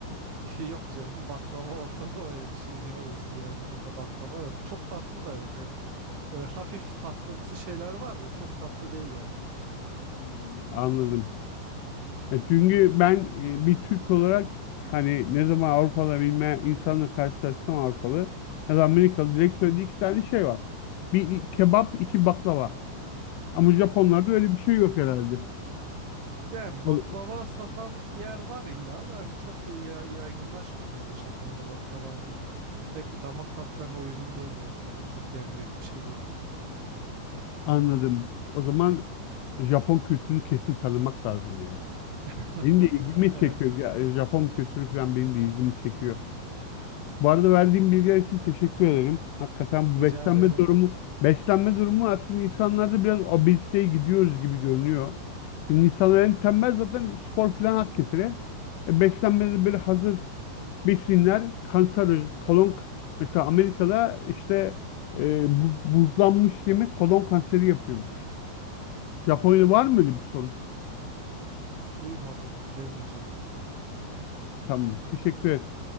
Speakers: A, on the right; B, on the left.
A: <laughs> Yok canım baklava Orta Doğu'ya bir şey ya özgü yani burada baklava yok. Çok tatlı da yok yani. Böyle hafif tatlımsı şeyler var da çok tatlı değil yani.
B: Hmm, anladım. Ya çünkü ben e, bir Türk olarak hani ne zaman Avrupalı bilme insanla karşılaşsam Avrupalı ya da Amerikalı direkt söylediği iki tane şey var. Bir kebap, iki baklava. Ama Japonlarda öyle bir şey yok herhalde.
A: Yani
B: O-
A: baklava satan yer var illa da hani çok böyle ya- yaygınlaşmadı yani Japonya'da baklava hani pek damak tatlarına uygun değil yani öyle çok yenecek bir şey değil.
B: Anladım. O zaman Japon kültürünü kesin tanımak lazım ya.
A: <laughs>
B: Benim de ilgimi
A: Ee,
B: çekiyor. Ya, Japon kültürü falan benim de ilgimi çekiyor. Bu arada verdiğim bilgiler için teşekkür ederim. Hakikaten bu
A: Rica
B: beslenme
A: ederim.
B: durumu, beslenme durumu aslında insanlarda biraz obeziteye gidiyoruz gibi görünüyor. Çünkü insanlar en tembel zaten spor falan hak getire. E, beslenmede böyle hazır besinler, kanser, kolon, mesela Amerika'da işte e, bu- buzlanmış yemek kolon kanseri yapıyormuş. Japonya'da var mı öyle bir sorun?
A: Duymadım bilemeyeceğim.
B: Tamam, teşekkür ederim.